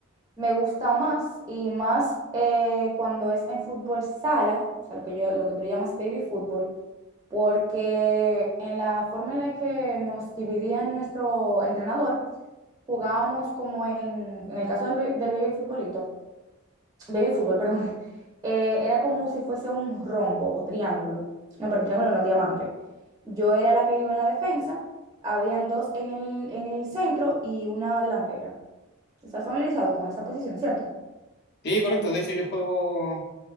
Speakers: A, on the right; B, on the left.
A: Me gusta más y más eh, cuando es en fútbol sala, o sea, lo que yo, lo que tú le llamas baby fútbol, porque en la forma en la que nos dividía nuestro entrenador, jugábamos como en, en el caso del, ba- del baby futbolito, baby fútbol, perdón, eh, era como si fuese un rombo o triángulo. No, perdón, triángulo no, diamante. Yo era la que iba en la defensa, habían dos en el, en el centro y una delantera. ¿Estás familiarizado con esa posición, cierto?
B: sí, correcto. De hecho, yo juego,